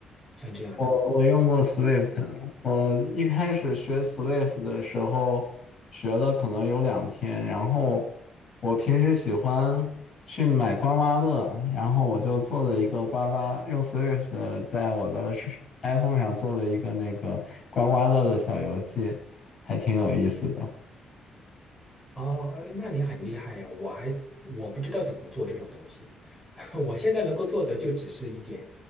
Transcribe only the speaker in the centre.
像这样的。
哦，哎那你很厉害呀！我还我不知道怎么做这种东西，<laughs> 我现在能够做的就只是一点